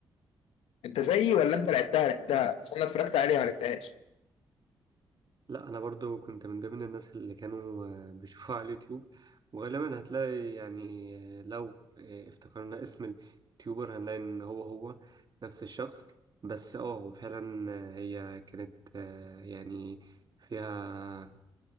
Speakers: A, on the left (about 80°); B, on the right (about 45°).
A: أنت زيي ولا أنت لعبتها لعبتها بس أنا اتفرجت عليها ما لعبتهاش
B: لا انا برضو كنت من ضمن الناس اللي كانوا آه، بيشوفوها على اليوتيوب وغالبا هتلاقي يعني آه، لو آه، افتكرنا اسم اليوتيوبر هنلاقي ان هو هو نفس الشخص بس اه وفعلا آه، هي كانت آه، يعني فيها